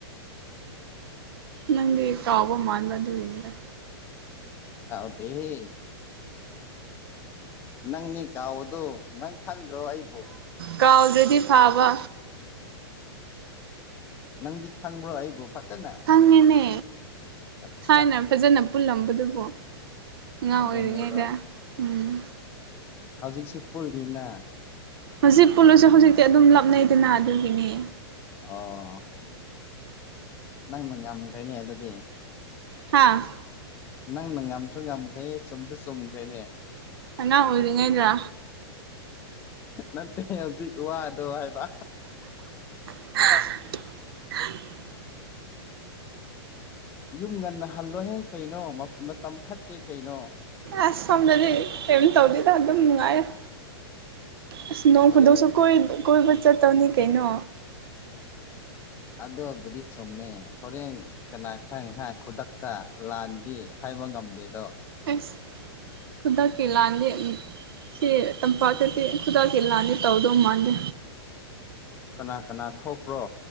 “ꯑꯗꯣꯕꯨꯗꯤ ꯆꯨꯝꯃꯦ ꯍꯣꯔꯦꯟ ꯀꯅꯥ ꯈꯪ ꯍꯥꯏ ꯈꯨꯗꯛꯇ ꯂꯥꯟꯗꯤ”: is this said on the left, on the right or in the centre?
Left